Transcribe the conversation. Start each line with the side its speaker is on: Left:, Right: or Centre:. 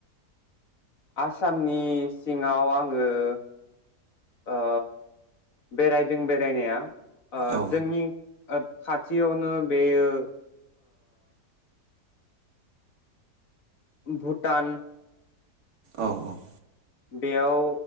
Left: आसामनि सिङाव आङो ओ बेरायदों बेरायनाया ओ
Right: औ
Left: जोंनि खाथियावनो बेयो भुटान
Right: औ औ
Left: बेयाव